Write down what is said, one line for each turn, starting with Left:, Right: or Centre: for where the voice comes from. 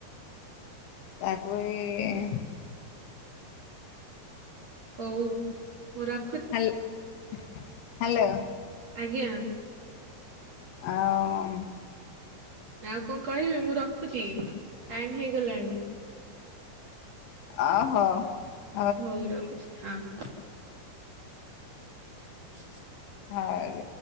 Left: ତାକୁ ୟେ
Right: ହଉ ହଉ ରଖ
Left: ହଲ ହ୍ୟାଲୋ
Right: ଆଜ୍ଞା।
Left: ଆଉ
Right: ନା ଆଉ କଣ କହିବି, ମୁଁ ରଖୁଛି ଟାଇମ ହେଇଗଲାଣି।
Left: ଓ ହଉ।
Right: ହଉ ରଖୁଛି ହଁ। ହ।
Left: ହଁ।